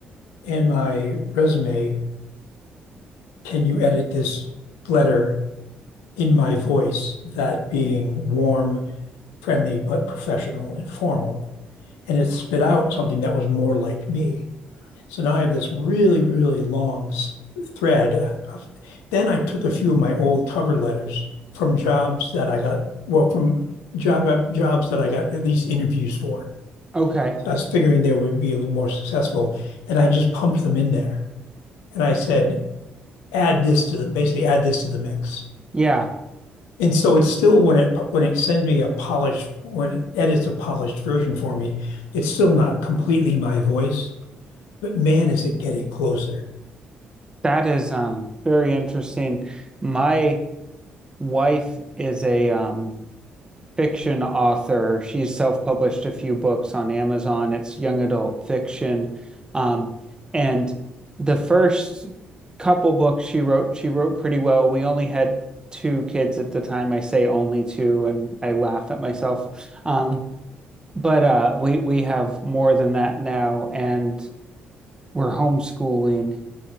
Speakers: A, on the left (about 80°); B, on the right (about 15°).
A: and my resume, can you edit this letter in my voice? That being warm, friendly, but professional and formal. And it spit out something that was more like me. So now I have this really, really long s- thread. of- Then I took a few of my old cover letters from jobs that I got, well, from job jobs that I got at least interviews for.
B: Okay.
A: So I was figuring they would be a little more successful, and I just pumped them in there. And I said, add this to the, basically add this to the mix.
B: Yeah,
A: And so it's still when it when it sends me a polished when it edits a polished version for me, it's still not completely my voice, but man, is it getting closer.
B: that is um very interesting. My wife is a um fiction author. She's self-published a few books on Amazon. It's young adult fiction. Um, and the first couple books she wrote, she wrote pretty well. We only had two kids at the time. I say only two, and I laugh at myself. Um, but uh, we we have more than that now, and we're homeschooling,